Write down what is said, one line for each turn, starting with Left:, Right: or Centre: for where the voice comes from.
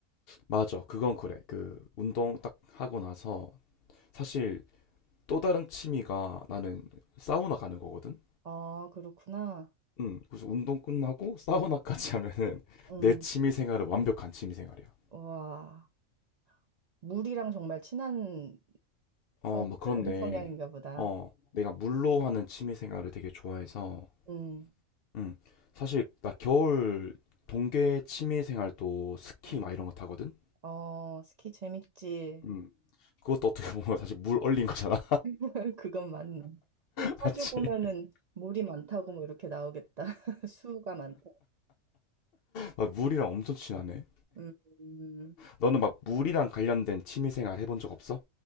Left: 맞아. 그건 그래. 그, 운동 딱 하고 나서, 사실 또 다른 취미가 나는 사우나 가는 거거든?
Right: 아, 그렇구나.
Left: 음, 그래서 운동 끝나고 사우나까지 하면은 <laughs>
Right: 응.
Left: 내 취미 생활은 완벽한 취미 생활이야.
Right: 와, 물이랑 정말 친한
Left: 어,
Right: 성,
Left: 뭐 그런데,
Right: <laughs> 그 성향인가 보다.
Left: 어, 내가 물로 하는 취미 생활을 되게 좋아해서,
Right: 응.
Left: 음, 사실 나 겨울 동계 취미 생활도 스키
Right: 어,
Left: 막 이런 거 타거든?
Right: 어, 스키 재밌지.
Left: 음, 그것도 어떻게 보면 사실 물 얼린 거잖아.
Right: <laughs> 그건 맞네.
Left: 맞지?
Right: 파주 보면은
Left: <laughs>
Right: 물이 많다고 뭐 이렇게 나오겠다. <laughs> 수가 많다.
Left: 아, 물이랑 엄청 친하네.
Right: 음.
Left: 너는 막 물이랑 관련된 취미생활 해본 적 없어?